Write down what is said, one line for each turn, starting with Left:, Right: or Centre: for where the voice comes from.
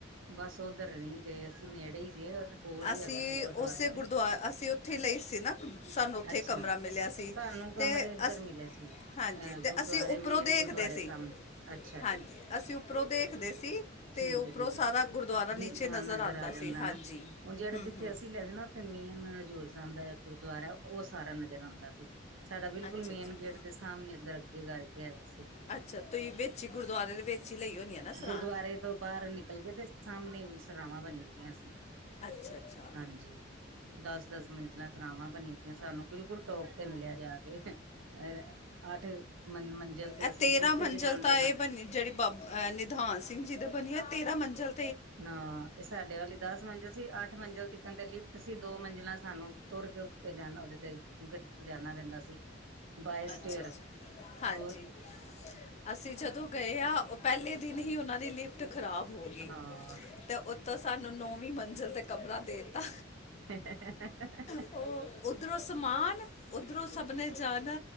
Right: ਬਸ ਓਧਰ ਨਹੀਂ ਗਏ ਅਸੀਂ ਨੇੜੇ ਹੀ ਸੀ ਉਹ ਕੋਲ ਈ
Left: ਅਸੀਂ
Right: ਹੈਗਾ ਸੀ ਗੁਰਦੁਆਰੇ
Left: ਉਸੇ ਗੁਰਦੁਆਰਾ
Right: ਦੇ।
Left: ਅਸੀਂ ਉੱਥੇ ਲਈ ਸੀ ਨਾ ਸਾਨੂੰ ਉੱਥੇ
Right: ਅੱਛਾ
Left: ਕਮਰਾ ਮਿਲਿਆ ਸੀ
Right: ਸਾਨੂੰ ਕਮਰੇ
Left: ਤੇ
Right: ਇੱਧਰ
Left: ਅਸੀਂ
Right: ਮਿਲੇ ਸੀ
Left: ਹਾਂਜੀ ਅਤੇ
Right: ਅ ਗੁਰਦੁਆਰੇ
Left: ਅਸੀਂ ਉੱਪਰੋਂ
Right: ਮੇਨ
Left: ਦੇਖਦੇ
Right: ਗੁਰਦੁਆਰੇ
Left: ਸੀ
Right: ਸਾਹਮਣੇ ਅੱਛਾ
Left: ਹਾਂਜੀ
Right: ਜੀ
Left: ਅਸੀਂ ਉੱਪਰੋਂ ਦੇਖਦੇ ਸੀ। ਤੇ
Right: ਠੀਕ
Left: ਉਪਰੋਂ
Right: ਹੈ ਠੀਕ
Left: ਸਾਰਾ
Right: ਹੈ
Left: ਗੁਰਦੁਆਰਾ ਨੀਚੇ
Right: ਹਾਂ
Left: ਨਜ਼ਰ ਆਂਦਾ
Right: ਆ ਜਾਂਦਾ
Left: ਸੀ ਹਾਂਜੀ।
Right: ਨਾ ਹੁਣ ਜਿਹੜਾ
Left: ਹੂੰ
Right: ਜਿੱਥੇ ਅਸੀਂ ਲੈ ਜਾਣਾ ਉੱਥੇ ਮੇਨ ਜ਼ ਦਾ ਗੁਰਦੁਆਰਾ ਉਹ ਸਾਰਾ ਨਜ਼ਰ ਆਂਦਾ ਸੀ ਸਾਡਾ ਬਿਲਕੁਲ
Left: ਅੱਛਾ
Right: ਮੇਨ
Left: ਅੱਛਾ
Right: ਗੇਟ ਦੇ ਸਾਹਮਣੇ ਏਦਰ। ਅੱਗੇ ਕਰਕੇ ਹੈਗਾ ਸੀ
Left: ਅੱਛਾ, ਤੁਸੀਂ ਵਿੱਚ ਹੀ ਗੁਰਦੁਆਰੇ ਦੇ ਵਿੱਚ ਹੀ ਲਈ ਹੋਣੀ ਹੈ ਨਾ ਸਰਾਂ
Right: ਗੁਰਦੁਆਰੇ ਤੋਂ ਬਾਹਰ ਨਿਕਲ ਕੇ ਤੇ ਸਾਹਮਣੇ ਸਰਾਵਾਂ ਬਣੀ ਹੋਈਆਂ ਸੀ।
Left: ਅੱਛਾ ਅੱਛਾ
Right: ਹਾਂਜੀ, ਦਸ ਦਸ ਮੰਜਣਾਂ ਸਰਾਵਾਂ ਬਣੀ ਦੀਆਂ ਸਾਨੂੰ ਬਿਲਕੁਲ ਟੋਪ ਤੇ ਮਿਲਿਆ ਜਾ ਕੇ। ਅ ਅੱਠ ਮੰ ਮੰਜ਼ਿਲ ਤੇ
Left: ਇਹ
Right: ਅਸੀਂ ਲਿਫਟ
Left: ਮੰਜ਼ਲ
Right: ਚ ਜਾਂਦੇ
Left: ਤਾਂ
Right: ਸਾਂ।
Left: ਇਹ ਬਣੀ ਜਿਹੜੀ ਬਾਬ- ਅਹ ਨਿਧਾਨ ਸਿੰਘ ਜੀ ਦਾ ਬਣੇ ਆ ਤੇਰਾ ਮੰਜ਼ਿਲ।
Right: ਨਾ ਇਹ ਸਾਡੇ ਵਾਲੀ ਦਸ ਮੰਜ਼ਿਲ ਸੀ। ਅੱਠ ਮੰਜ਼ਿਲ ਦੀ ਕਣ ਤੇ ਲਿਫਟ ਸੀ ਦੋ ਮੰਜ਼ਿਲਾਂ ਸਾਨੂੰ ਤੁਰ ਕੇ ਉੱਤੇ ਜਾਣਾ ਉਹਦੇ ਤੇ ਗੱ ਜਾਣਾ ਪੈਂਦਾ ਸੀ ਬਾਏ
Left: ਅੱਛਾ
Right: ਸਟੇਅਰ
Left: ਅੱਛਾ ਹਾਂਜੀ
Right: ਹੋਰ
Left: ਅਸੀਂ ਜਦੋਂ ਗਏ ਆ, ਉਹ ਪਹਿਲੇ ਦਿਨ ਹੀ ਉਹਨਾਂ ਦੀ ਲਿਫਟ ਖ਼ਰਾਬ ਹੋ ਗਈ
Right: ਹਾਂ
Left: ਅਤੇ ਉੱਤੋਂ ਸਾਨੂੰ ਨੌਵੀਂ ਮੰਜ਼ਿਲ 'ਤੇ ਕਮਰਾ ਦੇਤਾ।
Right: ਹਨ।
Left: ਉਹ ਓਧਰੋਂ ਸਮਾਨ ਉਧਰੋਂ ਸਭ ਨੇ ਜਾਣਾ